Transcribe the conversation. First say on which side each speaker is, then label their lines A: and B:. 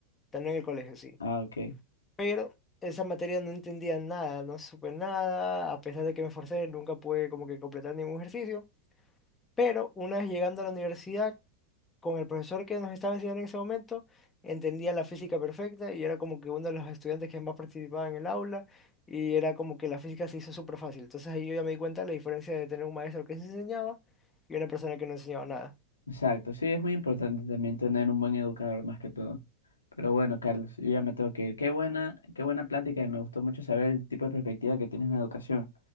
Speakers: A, on the left; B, on the left.
A: También en el colegio, sí
B: Ah, ok.
A: pero esa materia no entendía nada, no supe nada, a pesar de que me esforcé, nunca pude como que completar ningún ejercicio, pero una vez llegando a la universidad, con el profesor que nos estaba enseñando en ese momento, entendía la física perfecta y era como que uno de los estudiantes que más participaba en el aula y era como que la física se hizo súper fácil. Entonces ahí yo ya me di cuenta de la diferencia de tener un maestro que se enseñaba y una persona que no enseñaba nada.
B: Exacto. Sí, es muy importante también tener un buen educador más que todo. Pero bueno, Carlos, yo ya me tengo que ir. Qué buena, qué buena plática y me gustó mucho saber el tipo de perspectiva que tienes en la educación.